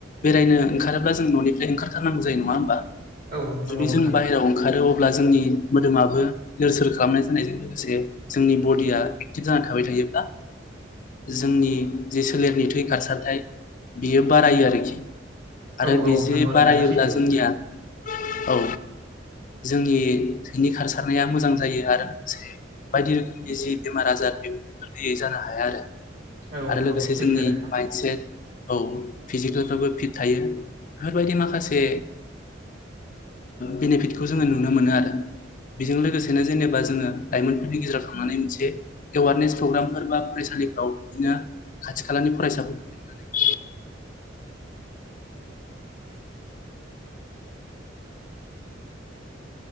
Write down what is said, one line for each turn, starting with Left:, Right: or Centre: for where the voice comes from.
Left: बेरायनो ओंखारोब्ला जों न'निफ्राय ओंखारथारनांगौ जायो नंङा होमबा
Right: औ नंगौ
Left: जुदि
Right: नोंथां
Left: जों बायहेरायाव ओंखारो अब्ला जोंनि मोदोमाबो लोर सोर खालामनाय जानायजों लोगोसे जोंनि बडिया एक्टिभ जाना थाबाय थायोब्ला जोंनि जे सोलेरनि थै खारसारथाय बियो बारायो आरोखि आरो
Right: औ
Left: बिदि
Right: औ नंगौ
Left: बारायोब्ला
Right: नोंथां सैथो
Left: जोंनिया औ जोंनि थैनि खारसारनाया मोजां जायो आरो लोगोसे बायदि रोखोमनि जि बेमार आजार बे गोरलैयै जानो हाया आरो
Right: औ
Left: आरो लोगोसे
Right: औ सैथो
Left: जोंनि
Right: नोंथां
Left: माइन्सेट औ फिजिकेलफ्राबो फिट थायो बेफोरबायदि माखासे बेनिफिटखौ जोङो नुनो मोनो आरो बेजों लोगोसे बिनो जेनेबा जोंङो लाइमोनफोरनि गेजेराव थांनानै मोनसे एवारनेस प्रग्रामफोर बा फरायसालिफ्राव बिदिनो खाथि खालानि फरायसाफोरखौ लेंनानै